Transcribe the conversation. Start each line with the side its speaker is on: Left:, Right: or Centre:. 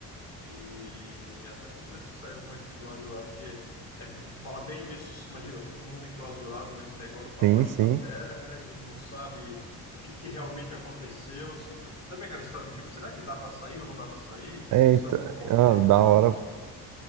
Left: E até preciso ver se sai algum episódio lá, porque é falar bem disso. Imagina, todo mundo enclausurado nesse negócio para
Right: Sim,
Left: baixo
Right: sim.
Left: da terra e não sabe o que, que realmente aconteceu. Se... Sabe aquela história do tipo, será que dá para sair ou não dá para sair? Se
Right: É,
Left: eu sair,
Right: então,
Left: vou morrer.
Right: ah, da
Left: <laughs>
Right: hora.